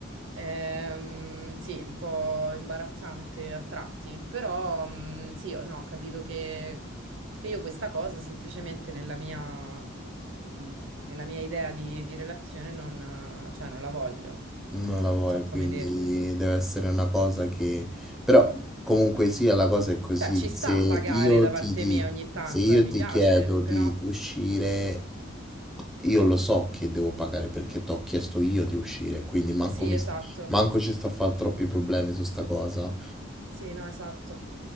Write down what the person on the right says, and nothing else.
Ehm, sì, un po' imbarazzante a tratti, però mm, sì, o no, ho capito che, che io questa cosa semplicemente nella mia, mm, nella mia idea di, di relazione non, eh, cioè, non la voglio. Non
So come
dirti.
Cioè, ci sta
a pagare da
parte
mia ogni tanto,
eh, mi
piace,
però
sì,
esatto.
Sì, no, esatto.